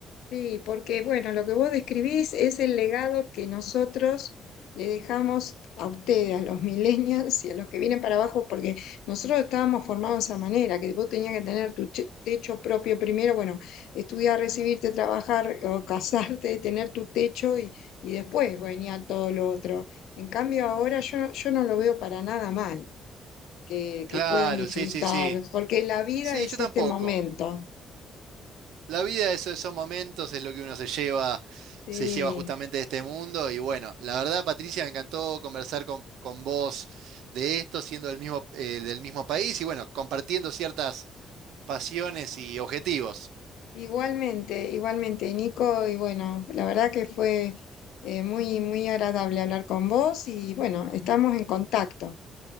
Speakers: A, on the left; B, on the right.
A: Sí, porque bueno, lo que vos describís es el legado que nosotros le dejamos a ustedes, a los <laughs> millennials y a los que vienen para abajo, porque nosotros estábamos formados de esa manera, que vos tenías que tener tu che- techo propio primero, bueno, estudiar, recibirte, trabajar o casarte, tener tu techo y, y después venía todo lo otro. En cambio, ahora yo, yo no lo veo para nada mal, que,
B: Claro,
A: que puedan disfrutar,
B: sí, sí, sí.
A: porque la vida
B: Sí,
A: es
B: yo tampoco.
A: este momento.
B: La vida es esos momentos, es lo que uno se lleva,
A: Sí.
B: se lleva justamente de este mundo. Y bueno, la verdad, Patricia, me encantó conversar con, con vos de esto, siendo del mismo, eh, del mismo país y bueno, compartiendo ciertas pasiones y objetivos.
A: Igualmente, igualmente, Nico, y bueno, la verdad que fue eh, muy, muy agradable hablar con vos y bueno, estamos en contacto.